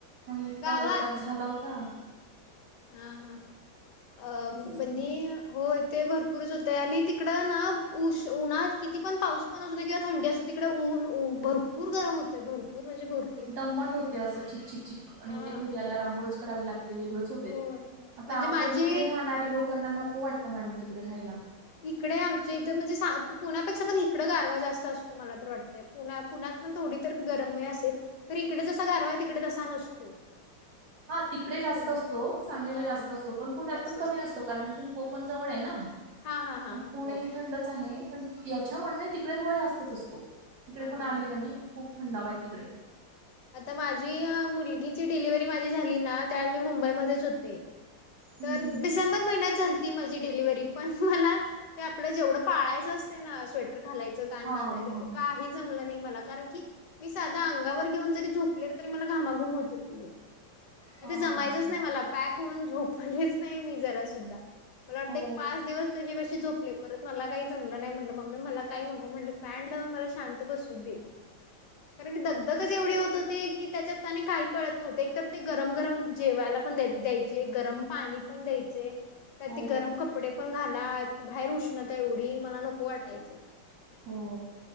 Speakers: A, on the right; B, on the left.
A: इतका
B: गावात
A: वैताग झाला होता.
B: हा हा अ
A: असं
B: <unintelligible>
A: सगळं.
B: होय ते भरपूरच होतंय आणि तिकडं ना उश उन्हात किती पण पाऊस असूदे किंवा थंडी तिकडे ऊन भरपूर गरम होतंय भरपूर म्हणजे भर
A: दम्मट होते असं चिकचिकचिक आणि
B: हा
A: ते घरी आल्यावर अंघोळंच करावी लागते वेगळंच होते.
B: होय
A: आता
B: म्हणजे
A: आपण
B: माझी
A: इकडे राहणारी लोकांना नको वाटतं मॅडम तिकडे राहायला.
B: इकडे आमच्या इथं म्हणजे पुण्यापेक्षा पण इकडं गारवा जास्त असतो मला तर वाटतंय. पुण्या पुण्यात पण थोडी तर गरमी असेल, तर इकडे जसा गारवा आहे तिकडे तसा नसतो. <inaudible>
A: हा तिकडे जास्त
B: पुणे
A: असतो सांगलीला
B: हा
A: जास्त असतो, पण पुण्यात
B: जास्त
A: पण
B: असतो
A: कमी नसतो. <unintelligible> कारण इथून कोकण जवळ आहे ना,
B: हा हा हा हा
A: पुणे
B: हो
A: ही थंडच आहे. पण याच्या मानने तिकडे थोडा जास्तच असतो, तिकडे
B: हा हा
A: पण आले
B: हा.
A: ना मी, खूप थंडावा आहे तिकडे.
B: आता माझी मुलगीची डिलिव्हरी माझी झाली ना त्यावेळी मी मुंबईमध्येच होते.
A: हम्म
B: तर
A: हम्म
B: डिसेंबर महिन्यात झाल -ती माझी डिलिव्हरी पण मला ते आपलं जेवढं पाळायचं असते ना स्वेटर घालायचं कान
A: हा
B: बांधायच
A: हा
B: काही जमलं नाही मला कारण की मी साधा अंगावर घेऊन झोपले तरी मला घामाघूम व्हायचं तिथं म्हणजे
A: हा
B: जमायचंच
A: हा हा
B: नाही मला. पॅक होऊन झोपलेच नाही मी जरा सुद्धा, मला वाटते
A: हो
B: एक पाच दिवस कशीबशी झोपले परत मला काही जमलं नाही, म्हटलं मम्मी मला काही नको म्हटले फॅन लावून मला शांत बसू दे. कारण की दगदगच एवढी हो त होती की त्याच्यात आणि काही कळतं नव्हते, एक तर ते गरम गरम जेवायला पण द्यायचे गरम. पाणी पण द्यायचे. त्यात
A: हो
B: ते गरम कपडे पण घाला बाहेर उष्णता एवढी मला नको वाटायचं.
A: हो